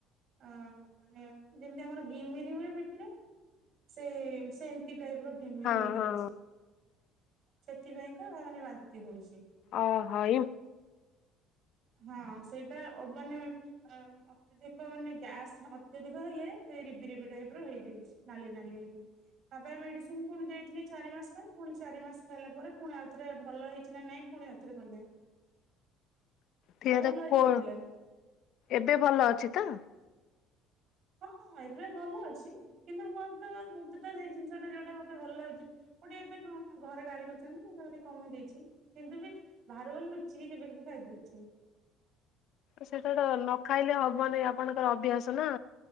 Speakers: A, on the right (about 50°); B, on the left (about 55°).
A: ଆଁ ମାନେ ଯେମିତି ଆମର ଘିମିରି ହୁଏ ପିଠିରେ। ସେ ସେ ଏମତି ଟାଇପର ଘିମିରି
B: ହଁ
A: ହେଇଯାଇଚି।
B: ହଁ।
A: ସେଥିପାଇଁକା ମାନେ ବାନ୍ତି ହୋଉଛି।
B: ଓହୋ ଇମ୍
A: ହଁ ସେଇଟା ଅ ମାନେ ଅ ଅତ୍ୟଧିକ ମାନେ ଗ୍ୟାସ୍ ଅତ୍ୟଧିକ ହେଲେ ହେଇ ରିବି ରିବି ଟାଇପର ହେଇଯାଇଛି ନାଲି ନାଲି ହେଇକି। ତାପାଇଁ ମେଡିସିନ ପୁଣି ଦେଇଥିଲେ ଚାରି ମାସ ପାଇଁ ପୁଣି ଚାରି ମାସ ଖାଇଲା ପରେ ପୁଣି ଆଉଥରେ ଭଲ ହେଇଚି ନା ନାଇଁ ପୁଣି ଆଉଥରେ କଲେ।
B: ତିଆର
A: ତ ଭଲ ହେଇଯାଇଥିଲା।
B: କୋଳ ଏବେ ଭଲ ଅଛି ତ?
A: ହଁ ହଁ ହଁ ଏବେ ଭଲ ଅଛି କିନ୍ତୁ ମତେ ପା ମତେ ତ ସେଇ ଜିନିଷଟା ଯୋଉଟା ମତେ ଭଲ ଲାଗୁଚି। ଗୋଟେ ଏବେ କଣ ଘରେ ଗାଳି କରିଚନ୍ତି ତ ଏବେ କମେଇ ଦେଇଚି କିନ୍ତୁ ବି ବାହାରକୁ ଗଲେ ଲୁଚିକି କେବେ କେବେ ଖାଇଦୋଉଛି।
B: ସେଟା ତ ନ ଖାଇଲେ ହବନି ଆପଣଙ୍କର ଅଭ୍ୟାସ ନା।